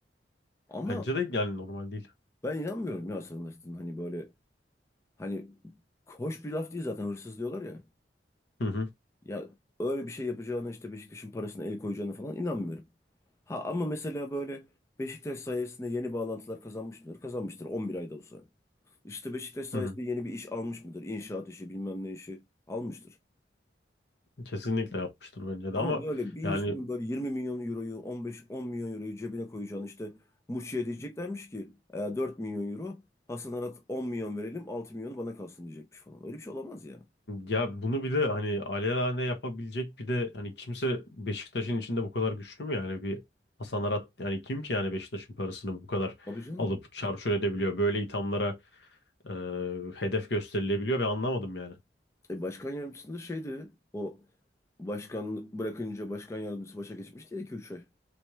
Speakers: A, on the left; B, on the left.
A: Ama
B: Bence de yani normal değil.
A: ben inanmıyorum ya sanırsın hani böyle hani hoş bir laf değil zaten hırsız diyorlar ya.
B: Hı hı.
A: Ya öyle bir şey yapacağına işte Beşiktaş'ın parasına el koyacağına falan inanmıyorum. Ha ama mesela böyle Beşiktaş sayesinde yeni bağlantılar kazanmış mıdır? Kazanmıştır On bir ayda olsa. İşte Beşiktaş sayesinde
B: Hı hı.
A: yeni bir iş almış mıdır? İnşaat işi bilmem ne işi almıştır.
B: Kesinlikle yapmıştır bence de
A: Ama
B: ama
A: böyle bir insanın
B: yani
A: böyle 20 milyon euroyu 15-10 milyon euroyu cebine koyacağını işte Muçi'ye diyeceklermiş ki "E, 4 milyon euro Hasan Arat 10 milyon verelim 6 milyonu bana kalsın diyecekmiş falan. Öyle bir şey olamaz ya.
B: Ya bunu bir de hani alelade yapabilecek bir de hani kimse Beşiktaş'ın içinde bu kadar güçlü mü yani bir Hasan Arat yani kim ki yani Beşiktaş'ın parasını bu kadar
A: Tabii canım.
B: alıp çarçur edebiliyor böyle ithamlara e, hedef gösterilebiliyor ve anlamadım yani.
A: E, başkan yardımcısında da şeydi o başkanlık bırakınca başkan yardımcısı başa geçmişti ya 2 üç ay.